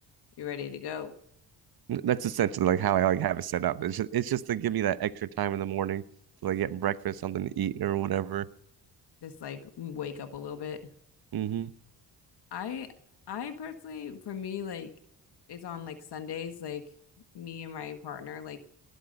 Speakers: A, on the left; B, on the right.
A: you're ready to go
B: That's essentially like how I like have it set up. It's just it's just to give me that extra time in the morning to like get breakfast, something to eat or whatever.
A: just like wake up a little bit
B: hmm
A: I I personally for me like it's on like Sundays like me and my partner like